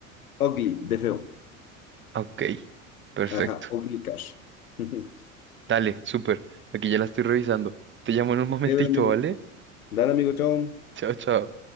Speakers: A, on the left; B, on the right.
A: Ugly, de feo.
B: Ah, Ok, perfecto.
A: Ajá, ugly cash. <laughs> Ujú.
B: Dale, súper. Aquí ya la estoy revisando. Te llamo en un <laughs> momentito,
A: Chévere, amigo.
B: ¿vale?
A: Dale, amigo, chao.
B: Chao, chao.